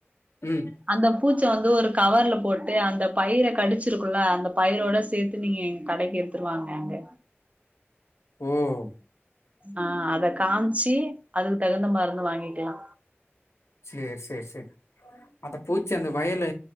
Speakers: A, on the left; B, on the right.
A: ம்
B: அந்த பூச்ச வந்து ஒரு கவர்ல போட்டு அந்த பயிர கடிச்சிருக்குல அந்த பயிரோட சேத் து நீங்க எங்க கடைக்கி எடுத்துட்டு வாங்க அங்க
A: ம்
B: ஆ அத காம்ச்சி அதுக்கு தகுந்த மருந்து வாங்கிக்கலா
A: சேர் சேர் சேர் அந்த பூச்சி அந்த வயலு